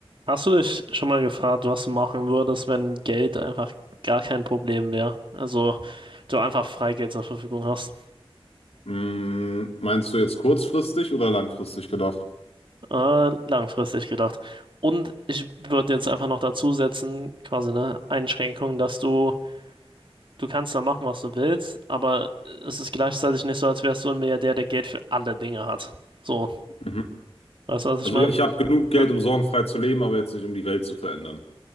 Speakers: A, on the right (about 55°); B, on the left (about 90°).
A: Hast du dich schon mal gefragt, was du machen würdest, wenn Geld einfach gar kein Problem wäre? Also du einfach Freigeld zur Verfügung hast.
B: Mm, meinst du jetzt kurzfristig oder langfristig gedacht?
A: Äh, langfristig gedacht. Und ich würde jetzt einfach noch dazu setzen, quasi eine Einschränkung, dass du, du kannst da machen, was du willst, aber es ist gleichzeitig nicht so, als wärst du ein Milliardär, der Geld für alle Dinge hat. So,
B: Mhm.
A: weißt du, was ich
B: Also
A: meine?
B: ja, ich habe genug Geld,
A: Ja,
B: um sorgenfrei zu leben, aber jetzt nicht, um die Welt zu verändern.